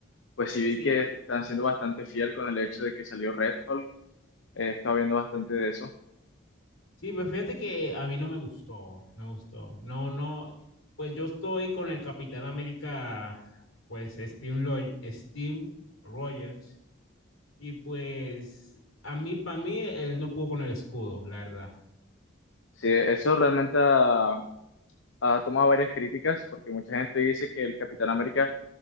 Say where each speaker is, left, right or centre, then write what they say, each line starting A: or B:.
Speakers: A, on the left (about 70°); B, on the left (about 85°).
A: Pues sí vi
B: Sí,
A: que están siendo bastante fiel con el hecho de que salió Red Hulk, he estado viendo bastante de eso.
B: sí, pues fíjate que a mí no me gustó, no me gustó. No, no, pues yo estoy con el Capitán América, pues Steve, Lo- Steve Rogers, y pues a mí, para mí, él no pudo con el escudo, la verdad.
A: Sí, eso realmente ha, ha tomado varias críticas, porque mucha gente dice que el Capitán América